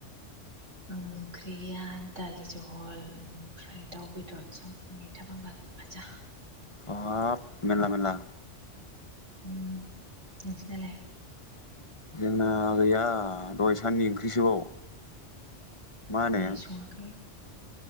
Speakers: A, on the right; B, on the left.
A: ओंख्रिया दालि जहल ओमफ्राय दाउ बेदरजों मैथा बांगाल। फाजा।
B: बाब मेनला मेनला।
A: ओम नोंसिनालाय?
B: जोंना गैया दहाय साननि ओंख्रिसोबाव। मा होनो
A: ए सङाखै?